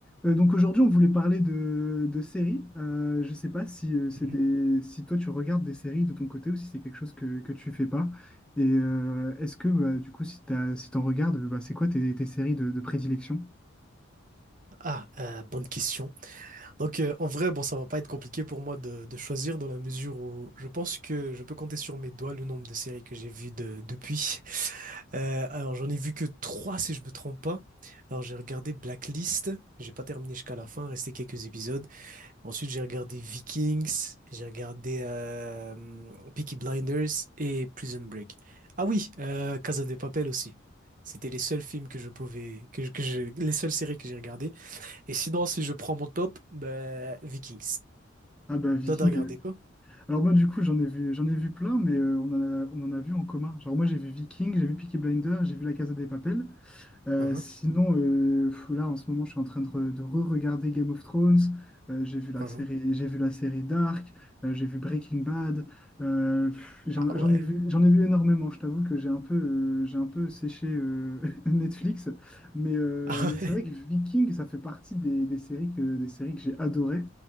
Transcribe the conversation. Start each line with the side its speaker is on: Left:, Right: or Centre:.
Centre: Euh, donc aujourd'hui, on voulait parler de, de séries. Euh, je ne sais pas si, euh, c'est
Right: Mhm.
Centre: des- si toi tu regardes des séries de ton côté ou si c'est quelque chose que, que tu fais pas. Et euh, est-ce que bah, du coup, si t'as, si t'en regardes, bah, c'est quoi tes, tes séries de, de prédilection?
Right: Ah, euh, bonne question. Donc, euh, en vrai, bon, ça va pas être compliqué pour moi de, de choisir dans la mesure où je pense que je peux compter sur mes doigts le nombre de séries que j'ai vues de- depuis. Euh, alors, j'en ai vu que trois, si je me trompe pas. Alors, j'ai regardé Blacklist, j'ai pas terminé jusqu'à la fin, restait quelques épisodes. Ensuite, j'ai regardé Vikings, j'ai regardé euh, hum, Peaky Blinders et Prison Break. Ah oui, euh, Casa de Papel aussi. C'était les seuls films que je pouvais, que, je- que je, les seules séries que j'ai regardées. Et sinon, si je prends mon top, ben, Vikings.
Centre: Ah bah Viking.
Right: Toi, t'as regardé
Centre: euh.
Right: quoi?
Centre: Alors moi du coup, j'en ai vu, j'en ai vu plein, mais euh, on en a, on en a vu en commun. Genre moi j'ai vu Viking, j'ai vu Peaky Blinders, j'ai vu La Casa de Papel. Euh,
Right: Uhum,
Centre: sinon, euh, pff, là en ce moment, je suis en train de, re- de re-regarder Game of Thrones. Euh, j'ai vu la
Right: uhum.
Centre: série, j'ai vu la série Dark, euh, j'ai vu Breaking Bad. Euh, pff, j'en,
Right: Ah
Centre: j'en
Right: ouais.
Centre: ai vu, j'en ai vu énormément. Je t'avoue que j'ai un peu, euh, j'ai un peu séché euh, <laughs> Netflix, mais, euh,
Right: <laughs> Ah
Centre: mais c'est
Right: ouais.
Centre: vrai que Viking, ça fait partie des, des séries que, des séries que j'ai adorées.